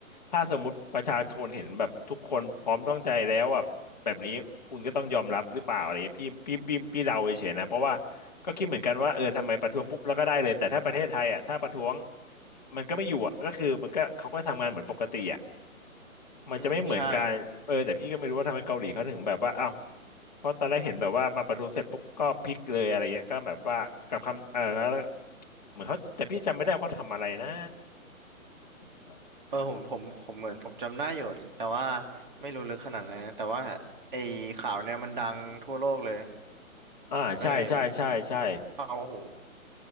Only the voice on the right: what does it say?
อืมใช่
เออผมผมผมเหมือนผมจำได้อยู่ แต่ว่าไม่รู้ลึกขนาดนั้นนะแต่ว่าไอ้ข่าวเนี่ยมันดังทั่วโลกเลย
ก็เลยแบบ เอาโอห